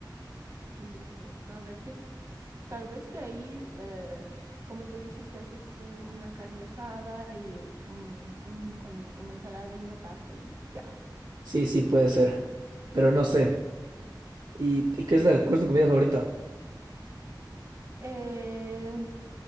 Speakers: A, on the right; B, on the right.
A: Sí, es cierto. A ver, yo s- tal vez de ahí, eh, como tú dices, te haces uh, una carne asada y un- un- un- con una ensalada y una pasta y, y ya.
B: Sí, sí, puede ser, pero no sé. ¿Y qué es la, cuál es tu comida favorita?
A: Eh,